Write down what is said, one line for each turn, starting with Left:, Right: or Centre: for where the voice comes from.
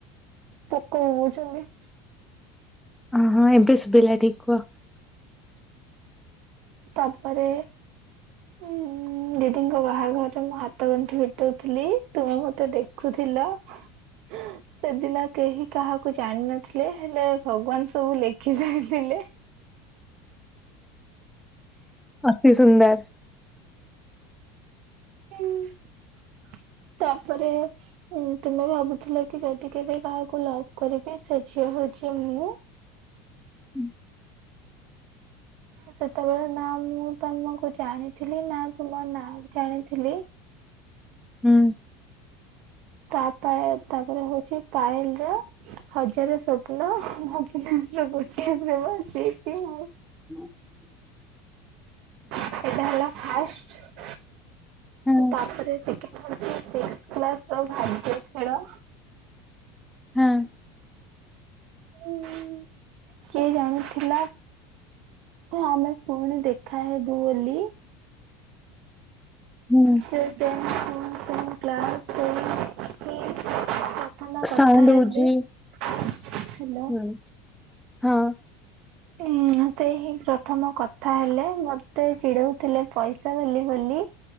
Right: ପୋକ ବୋବଉଛନ୍ତି
Centre: ଅ ହଁ ଏବେ ଶୁଭିଲା ଠିକ କୁହ।
Right: ତା ପରେ ଉଁ ଦିଦିଙ୍କ ବାହାଘରରେ ମୁଁ ହାତ ଗଣ୍ଠି ଫିଟଉଥିଲି ତୁମେ ମତେ ଦେଖୁଥିଲ। ଲୋ ସେଦିନ କେହି କାହାକୁ ଜାଣିିନଥିଲେ ହେଲେ ଭଗବାନ ସବୁ ଲେଖି ଯାଇଥିଲେ
Centre: ଅତି ସୁନ୍ଦର
Right: ହୁଁ। ତାପରେ ତୁମେ ଭାବୁଥିଲ କି ଯଦି କେବେ କାହାକୁ ଲଭ୍ କରିବି ସେ ଝିଅ ସେ ଝିଅ ମୁଁ
Centre: ହୁଁ
Right: ସେତେବେଳେ ନା ମୁଁ ତମକୁ ଜାଣିଥିଲି ନା ତୁମ ନାଁ ଜାଣିଥିଲି
Centre: ହୁଁ
Right: ତାପ ତାପରେ ହଉଛି ପାଏଲ ର ହଜାରେ ସ୍ୱପ୍ନ ଗୋଟିଏ ପ୍ରେମ ଆସଛି ମୁଁ
Centre: <unintelligible>
Right: ସେଇଟା ହେଲା ଫାଷ୍ଟ।
Centre: ହଁ
Right: ତାପରେ ସେକେଣ୍ଡ ହଉଚି ସିକ୍ସ୍ କ୍ଲାସ ର ଭାଗ୍ୟ ଖେଳ।
Centre: ହଁ।
Right: ହିଁ କିଏ ଜାଣିଥିଲା ଆମେ ପୁଣି ଦେଖାହବୁ ବୋଲି।
Centre: ହୁଁ
Right: ସେ ସେମ। ପୁଣି ସେମ କ୍ଲାସ ସେଇ ହିଁ ପ୍ରଥମ କଥା
Centre: ସାଉଣ୍ଡ
Right: ହେଲେ
Centre: ହଉଛି
Right: ହାଲୋ।
Centre: ହୁଁ। ହଁ।
Right: ଏ। ସେ ହିଁ ପ୍ରଥମ କଥା ହେଲେ ମତେ ଚିଡଉଥିଲେ ପଇସା ବାଲି ବୋଲି